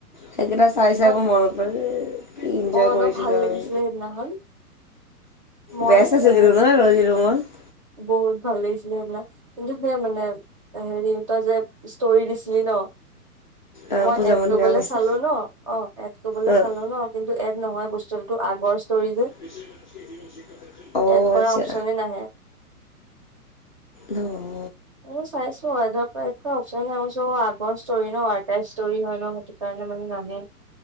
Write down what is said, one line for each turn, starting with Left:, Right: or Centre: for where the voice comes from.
Left: সেইকেইটা চাই চাই
Right: অ
Left: মোৰ মনত পৰে। কি ইনজয়
Right: অ
Left: কৰিছিলোঁ
Right: ন ভাল লাগিছিলে
Left: আমি
Right: সেইদিনাখন মই
Left: বেছ আছে
Right: এ
Left: কিন্তু নহয় ৰজি ৰোমত।
Right: বহুত ভাল লাগিছিলে সেইদিনা কিন্তু সেইয়া মানে হেৰি তই যে ষ্টৰি দিছিলি ন
Left: অঁ
Right: মই
Left: পূজামণি
Right: এড কৰিবলে
Left: বেয়া পাইছে
Right: চালো ন অঁ এড কৰিবলৈ
Left: অঁ
Right: চালো ন কিন্তু এক নহয় বস্তুতো আগৰ ষ্টৰি যে।
Left: <unintelligible>
Right: এড কৰা
Left: আচ্ছা
Right: অপশচনে নাহে।
Left: ন।
Right: এনেই চাইছো অঁ অপশন আহ চ আগৰ ষ্টৰি ন অটাইষ্টৰি হয় ন। সেই কাৰণে মানে নানে